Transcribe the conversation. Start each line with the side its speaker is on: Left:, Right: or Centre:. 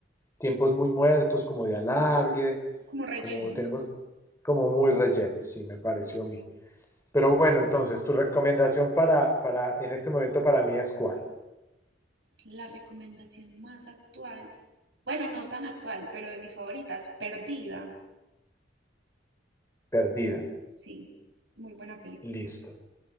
Left: Tiempos muy muertos, como de alargue,
Right: como rellenos.
Left: como tenemos, como muy relleno, sí, me pareció a mí. Pero bueno, entonces, tu recomendación para, para, en este momento para mí es cuál?
Right: La recomendación más actual, bueno, no tan actual, pero de mis favoritas, Perdida,
Left: Perdida.
Right: sí, muy buena película.
Left: Listo,